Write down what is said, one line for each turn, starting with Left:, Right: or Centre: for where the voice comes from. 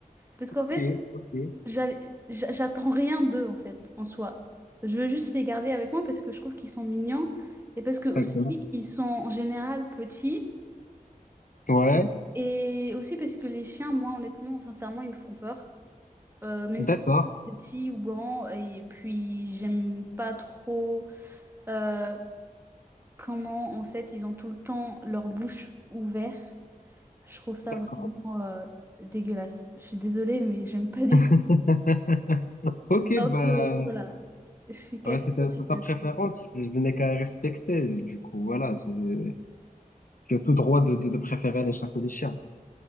Right: Parce qu'en
Left: Ok,
Right: fait,
Left: ok,
Right: j'allais- j'a- j'attends rien d'eux, en fait, en soi. Je veux juste les garder avec moi parce que je trouve qu'ils sont mignons et parce que aussi,
Left: d'accord.
Right: ils sont en général petits.
Left: Ouais,
Right: Et aussi parce que les chiens, moi, honnêtement, sincèrement, ils me font peur. Euh, même
Left: d'accord,
Right: si petits ou grands. Et puis, j'aime pas trop euh, comment, en fait, ils ont tout le temps leur bouche ouverte. Je trouve ça
Left: d'accord.
Right: vraiment euh, dégueulasse. Je suis désolée, mais j'aime pas du
Left: <laughs>
Right: tout.
Left: Ok,
Right: Donc,
Left: bah,
Right: euh, voilà. Je suis catégorique
Left: ouais, c'est ta, c'est ta
Right: là-dessus.
Left: préférence, je je n'ai qu'à respecter. Du coup, voilà, c'est, tu as tout droit de, de, de préférer les chats que les chiens.